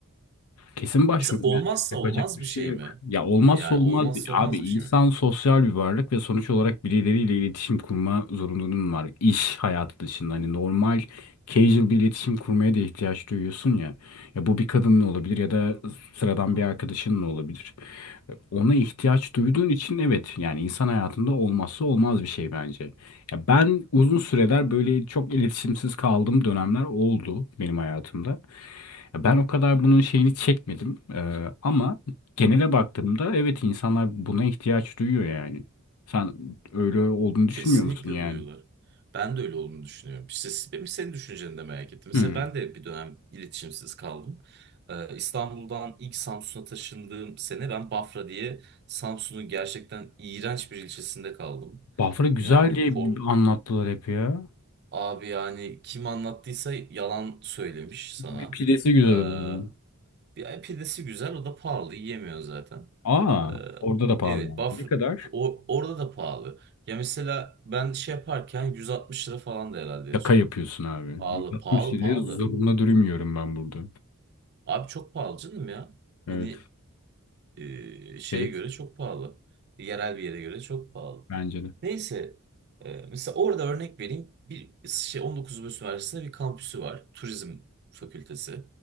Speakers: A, on the left; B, on the right.
A: Kesin başvururum.
B: mesela olmazsa
A: Yani yapacak
B: olmaz
A: bir
B: bir
A: şey
B: şey
A: yok.
B: mi
A: Ya olmazsa
B: yani
A: olmaz
B: olmazsa
A: bir,
B: olmaz
A: abi insan
B: bir şey mi
A: sosyal bir varlık ve sonuç olarak birileriyle iletişim kurma zorunluluğun var. İş hayatı dışında hani normal casual bir iletişim kurmaya da ihtiyaç duyuyorsun ya. Ya bu bir kadınla olabilir ya da sıradan bir arkadaşınla olabilir. Ona ihtiyaç duyduğun için evet yani insan hayatında olmazsa olmaz bir şey bence. Ya ben uzun süreler böyle çok iletişimsiz kaldığım dönemler oldu benim hayatımda. Ya Ben o kadar bunun şeyini çekmedim Ee, ama genele baktığımda evet insanlar buna ihtiyaç duyuyor yani. Sen öyle olduğunu
B: Kesinlikle
A: düşünmüyor musun yani?
B: duyuyorlar. Ben de öyle olduğunu düşünüyorum. İşte s- benim senin düşünceni de merak ettim. Mesela
A: Hmm.
B: ben de bir dönem iletişimsiz kaldım. Ee, İstanbul'dan ilk Samsun'a taşındığım sene ben Bafra diye Samsun'un gerçekten iğrenç bir ilçesinde kaldım.
A: Bafra güzel
B: Yani
A: diye
B: ko-
A: anlattılar hep ya.
B: abi yani kim anlattıysa yalan söylemiş sana.
A: Bir pidesi güzel
B: Ee,
A: oluyor.
B: bir pidesi güzel o da pahalı yiyemiyor zaten.
A: Aa,
B: Ee,
A: orada da pahalı
B: evet,
A: yani.
B: Bafra
A: Ne kadar?
B: o- orada da pahalı. Ya mesela ben şey yaparken 160 lira falan da herhalde en
A: Şaka
B: son.
A: yapıyorsun abi.
B: Pahalı,
A: 160
B: pahalı,
A: liraya
B: pahalı.
A: zurna dürüm yiyorum ben burada.
B: Abi çok pahalı canım ya.
A: Evet.
B: Hani e, şeye
A: Gereksiz
B: göre çok pahalı. Yerel bir yere göre çok pahalı.
A: bence de.
B: Neyse, e, mesela orada örnek vereyim. Bir şey 19 Mayıs Üniversitesi'nde bir kampüsü var. Turizm fakültesi.